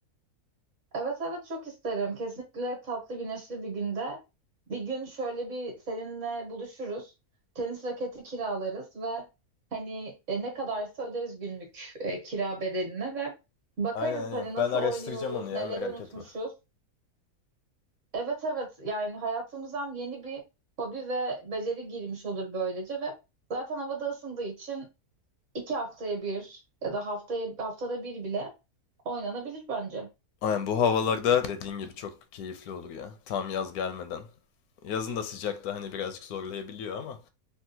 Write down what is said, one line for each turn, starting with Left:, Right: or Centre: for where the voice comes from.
Right: Evet evet çok isterim. Kesinlikle tatlı güneşli bir günde. Bir gün şöyle bir seninle buluşuruz. Tenis raketi kiralarız ve hani e, ne kadarsa öderiz günlük e, kira bedelini ve bakarız
Left: Aynen aynen.
Right: hani nasıl
Left: Ben araştıracağım
Right: oynuyoruz,
Left: onu ya
Right: neleri
Left: merak
Right: unutmuşuz.
Left: etme.
Right: Evet evet yani hayatımıza hem yeni bir hobi ve beceri girmiş olur böylece ve zaten havada ısındığı için iki haftaya bir ya da haftaya haftada bir bile oynanabilir bence.
Left: Aynen bu havalarda dediğin gibi çok keyifli olur ya. Tam yaz gelmeden. Yazın da sıcakta hani birazcık zorlayabiliyor ama